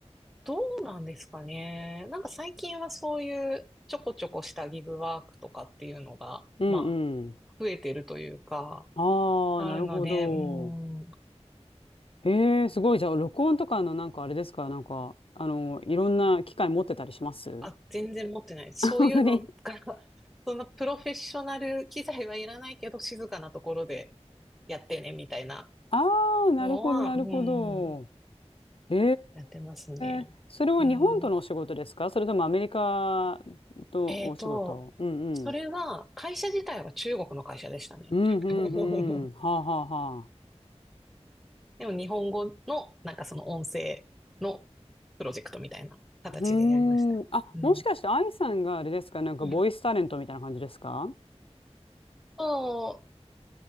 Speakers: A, in the centre; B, on the left.
A: どうなんですかね。なんか最近はそういうちょこちょこしたギグワークとかっていうのが、
B: うんうん。
A: まあ、増えてるというか、
B: ああ、
A: あるので、
B: なるほど。
A: うーん、
B: ええ、すごい。じゃあ、録音とかのなんかあれですかなんか、あの、いろんな機械持ってたりします
A: あ、
B: <laughs>
A: 全然持ってないです。
B: 本当に。
A: そういうのが、<laughs> そんなプロフェッショナル機材はいらないけど、静かなところでやってね、みたいな
B: ああ、なるほど、
A: のは、
B: なるほど。
A: うーん、
B: え
A: やってますね。
B: え、それは日本とのお仕事ですかそれともアメリカ
A: えー
B: とお仕事うんうん。
A: えーと、それは、会社自体は中国の会社でしたね。
B: うんうん
A: <laughs>
B: うん。はあはあはあ。
A: でも日本語の、なんかその音声のプロジェクトみたいな形でやりましたね。
B: うーん。あ、
A: うん。
B: もしかして愛さんがあれですかなんかボイスタレントみたいな感じですか
A: うんそう